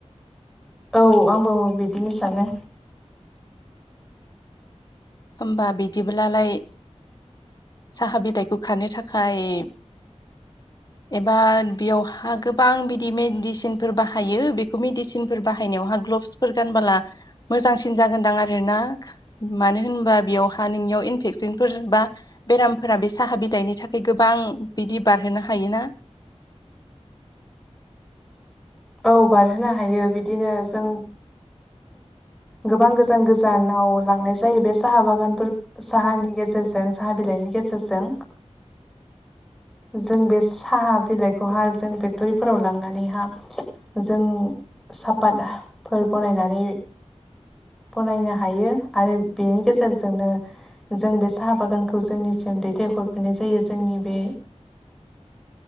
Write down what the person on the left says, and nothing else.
होमबा बिदिब्लालाय साहा बिलाइखौ खारनो थाखाय
एबा बेयावहा गोबां बिदि मेडिसिनफोर बाहायो बेखौ मेडिसिनफोर बाहायनायावहा गान मोजांसिन जागोनदां आरो ना मानो होन ा बेयावहा नोंनियाव इनफेकसनफोर बा बेरामफोरा बे साहा बिलाइनि थाखाय गोबां बिदि बारहोनो हायोना